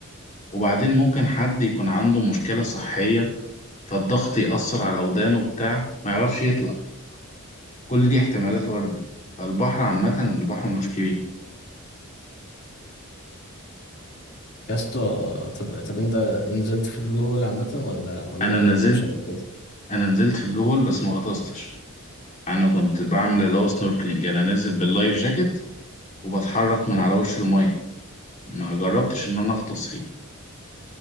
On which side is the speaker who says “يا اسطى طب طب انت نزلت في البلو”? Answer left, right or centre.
Left